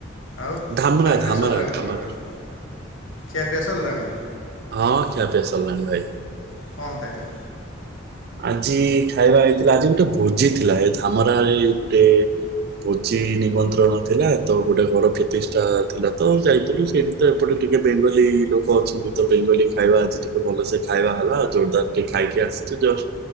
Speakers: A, on the left (about 70°); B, on the right (about 50°).
A: ଆଉ
B: ଧାମରା
A: ଖାଇବା ପିଆ
B: ଧାମରା
A: ସର୍ଲାଣି
B: ଧାମରା
A: ଆପଣଙ୍କର ଖିଆ ପିଆ ସାର୍ଲାଣି?
B: ହଁ ଖିଆପିଆ ସର୍ଲାଣି ଭାଇ।
A: ଙ୍କ ଖାଇଲେ?
B: ଆଜି ଖାଇବା ହେଇଥିଲା ଆଜି ଗୋଟେ ଭୋଜି ଥିଲା ଏ ଧାମରାରେ ଗୋଟେ ଭୋଜି ନିମନ୍ତ୍ରଣ ଥିଲା ତ ଗୋଟେ ଘର ପ୍ରତିଷ୍ଠା ଥିଲା ତ ଯାଇଥିଲୁ ସେଇ ତ ଏପଟେ ଟିକେ ବେଙ୍ଗଲୀ ଲୋକ ଅଛି ତ ବେଙ୍ଗଲୀ ଖାଇବା ଆଜି। ଟିକେ ଭଲସେ ଖାଇବା ହେଲା ଜୋର୍ଦାର୍ ଟିକେ ଖାଇକି ଆସ୍ ସେ ଜର୍